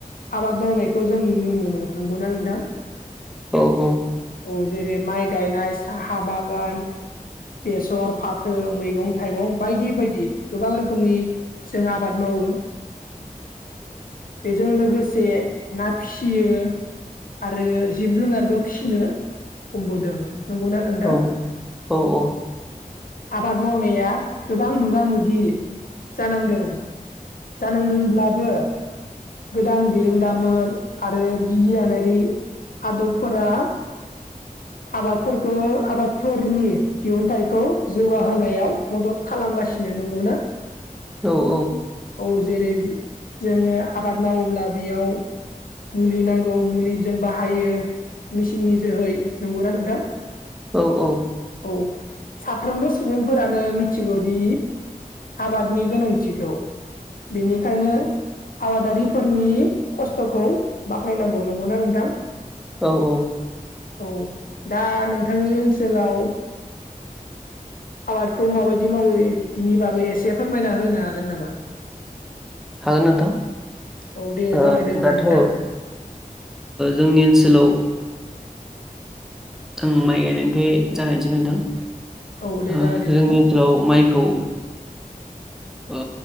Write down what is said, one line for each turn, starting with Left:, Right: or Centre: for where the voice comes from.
Left: आबाद मावनायखौ जों नुनो मोनो नंगौना नोंथां
Centre: औ औ
Left: औ जेरै माइ गायनाय साहा बागान बेसर फाथो मैगं थाइगं बायदि बायदि गोबां रोखोमनि जों आबाद मावो बेजों लोगोसे ना फिसियो आरो जिब जुनारबो फिसिनो हमबोदों नंगौना नोंथां
Centre: औ औ औ
Left: आबाद मावनाया गोबां मोगा मोगि जानांदों जानांदोंब्लाबो गोदान बिरोंदामोन आरो बिगियानारि आदबफोरा आबादफोरखौ आबादफोरनि दिहुनथाइखौ जौगाहोनायाव मदद खालामगासिनो नोंगौना
Centre: औ औ
Left: औ जेरै जो जोङो आबाद मावोब्ला बेयाव मुलि नांगौ मुलिजों बाहायो मेचिननि जोहै नंगौना नोंथां
Centre: औ औ
Left: औ साफ्रोमबो सुबुंफोरानो मिथिगौदि आबादनि गोनांथिखौ बेनिखायनो आबादारिफोरनि खस्थ'खौ बाख्नायनांगौ नंगौना नोंथां
Centre: औ औ
Left: औ दा नोंथांनि ओनसोलाव आबादखौ माबायदि मावो बेनि बागै एसे फोरमायना होनो हागोन नामा
Centre: हागोन नोंथां
Left: औ दे
Centre: ओ
Left: जागायदो होमबा
Centre: दाथ'
Left: नोंथां
Centre: जोंनि ओन सोलाव आं माइ गायनायनिफ्राय जागायनोसै नोंथां ओ
Left: औ दे जागायदो
Centre: जोंनि
Left: नोंथां
Centre: ओनसोलाव माइखौ ओ